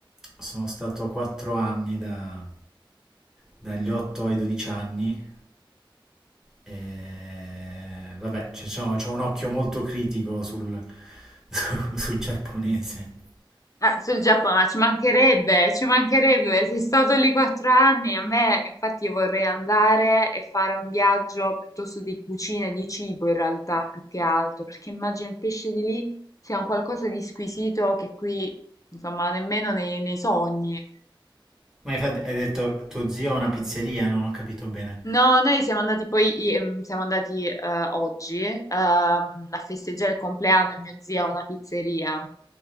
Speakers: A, in the centre; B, on the left (about 40°).
A: sono stato 4 anni da- dagli 8 ai 12 anni e vabbè, c'è diciamo, c'ho un occhio molto critico sul, <laughs> su- sul giapponese.
B: Ah, sul Giappone, ma ci mancherebbe, ci mancherebbe, sei stato lì quattro anni, a me infatti vorrei andare e fare un viaggio piuttosto di cucina, e di cibo in realtà, più che altro, perché immagino il pesce di lì sia un qualcosa di squisito che qui, insomma, nemmeno nei, nei sogni.
A: Ma infatti hai detto tuo zio ha una pizzeria, non ho capito bene.
B: No, noi siamo andati poi, i- ehm, siamo andati eh, oggi ehm, a festeggiare il compleanno di mio zio a una pizzeria.